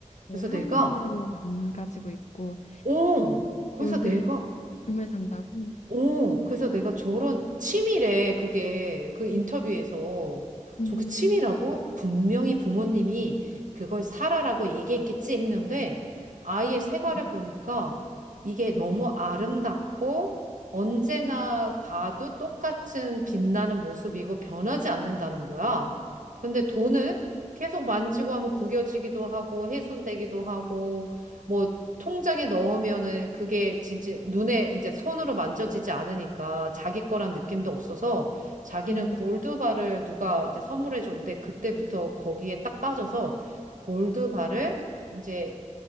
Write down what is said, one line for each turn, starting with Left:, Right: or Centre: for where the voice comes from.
Left: 뭐
Right: 그래서
Left: 현금으로
Right: 내가,
Left: 안 가지고 있고
Right: 어, 그래서
Left: 골드를
Right: 내가,
Left: 금을 산다고.
Right: 오, 그래서 내가 저런 치밀해, 그게 그 인터뷰에서
Left: 음,
Right: 저그 치밀하고 그 분명히 부모님이 그걸 사라라고 얘기했겠지 했는데 아이의 생활을
Left: 음,
Right: 보니까 이게 너무 아름답고 언제나 봐도 똑같은 빛나는 모습이고 변하지 않는다는 거야. 근데 돈은 계속 만지고 하면 구겨지기도 하고 훼손되기도 하고 뭐 통장에 넣으면은 그게 진짜 눈에 이제 손으로 만져지지 않으니까 자기 거란 느낌도 없어서 자기는
Left: 음.
Right: 골드바를 누가 이제 선물해 줬는데 그때부터 거기에 딱 빠져서 골드바를 이제